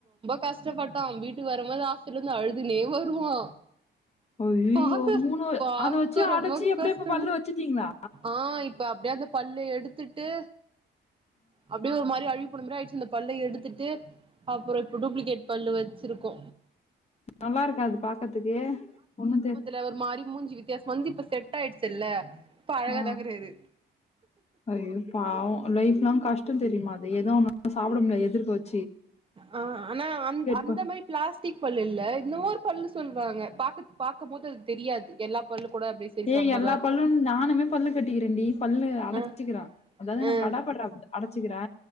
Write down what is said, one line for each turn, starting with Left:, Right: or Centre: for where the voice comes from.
Right: கஷ்டப்பட்டோ வீட்டுக்கு வரும்போது ஆஸ்பிடல இருந்து அழுதுனே வருவோ
Left: ஐயய்யோ!
Right: பாக்க பாக்க
Left: அத வச்சு
Right: ரொம்ப
Left: அடச்சு அப்படியே
Right: கஷ்டம்
Left: இப்ப பல்லு வச்சுட்டீங்களா?
Right: ஆ இப்ப அப்படியா பல்லு எடுத்துட்டு அப்டி ஒரு மாரி அழிவு போற மாரி ஆயிடுச்சு இந்த பல்ல எடுத்துட்டு அப்பற இப்ப டூப்ளிகேட் பல்லு வச்சிருக்கோ
Left: நல்லாருக்கா அது பாக்றதுக்கு ஒண்ணு தெ
Right: ல ஒரு மாறி மூஞ்சி வித்தியாச வந்து இப்ப செட் ஆயிடுச்சல்ல இப்ப அழகா
Left: ஆ.
Right: தா இருக்குறாரு
Left: ஐயோ பாவோ லைஃப்லா கஷ்ட தெரியுமா அது எதோ <inaudible> சாப்பட முடியாது எதிர்க்க வச்
Right: ஆ ஆனா அந்த அந்த
Left: ப
Right: மாரி பிளாஸ்டிக் பல்லு இல்ல இன்னமோரு பல்லு சொல்லுவாங்க பாக்க பாக்கும் போது அது தெரியாது எல்லா பல்லு கூட சரி
Left: ஏய்
Right: சமமாதா
Left: எல்லா
Right: இருக்கு
Left: பல்லு நானுமே பல்லு கட்டிக்கிறேண்டி பல்லு அடைச்சுக்கிற
Right: ஆ
Left: அதாவது நா
Right: ஆ
Left: கடாப்பல்லு அப் அடடச்சுக்கிறே